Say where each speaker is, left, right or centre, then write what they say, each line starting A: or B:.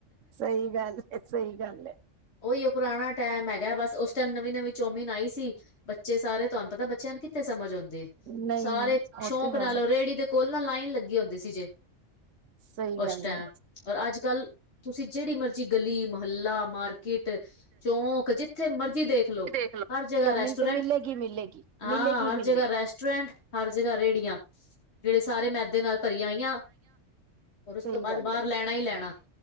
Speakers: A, on the right; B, on the left.
A: ਸਹੀ ਗੱਲ ਹੈ, ਸਹੀ ਗੱਲ ਹੈ।
B: ਓਈਓ ਉਹ ਪੁਰਾਣਾ ਟਾਈਮ ਹੈਗਾ ਬਸ, ਉਸ ਟਾਈਮ ਨਵੀਂ-ਨਵੀਂ ਚੋਮੀਨ ਆਈ ਸੀ ਬੱਚੇ ਸਾਰੇ ਤੁਹਾਨੂੰ ਪਤਾ ਬੱਚਿਆਂ ਨੂੰ ਕਿੱਥੇ ਸਮਝ ਹੋਂਦੀ ਏ,
A: ਨਹੀਂ
B: ਸਾਰੇ
A: ਉਹ
B: ਸ਼ੌਕ
A: ਤੇ ਹੈ,
B: ਨਾਲ ਰੇਹੜੀ ਦੇ ਕੋਲ ਨਾ ਲਾਈਨ ਲੱਗੀ ਹੁੰਦੀ ਸੀ ਜੇ।
A: ਸਹੀ
B: ਉਸ
A: ਗੱਲ
B: ਟਾਇਮ,
A: ਹੈ।
B: ਔਰ ਅੱਜ-ਕੱਲ ਤੁਸੀ ਜਿਹੜੀ ਮਰਜ਼ੀ ਜੀ ਗਲੀ, ਮਹੱਲਾ, ਮਾਰਕੀਟ, ਚੌਂਕ ਜਿੱਥੇ ਮਰਜ ਦੇਖਲੋੋ,
A: ਚ ਦੇਖ ਲਓ।
B: ਹਰ ਜਗਾ
A: ਚੌਮਿਨ
B: ਰੈਸਟੋਰੈਂਟ,
A: ਤੇ ਮਿਲੇਗੀ, ਮਿਲੇਗੀ,
B: ਹਾਂ
A: ਮਿਲੇਗੀ,
B: ਹਰ
A: ਮਿਲੇਗੀ।
B: ਜਗ੍ਹਾ ਰੈਸਟੋਰੈਂਟ ਹਰ ਜਗ੍ਹਾ ਰੇੜੀਆਂ, ਜਿਹੜੇ ਸਾਰੇ ਮੈਦੇ ਨਾਲ ਭਰੀਆਂ ਹੋਈਆਂ ਉਸ
A: ਸਹੀ
B: ਤੋ ਬਾਅਦ,
A: ਗੱਲ
B: ਬਾਹਰ
A: ਹੈ,
B: ਲੈਣਾ ਹੀ ਲੈਣਾ।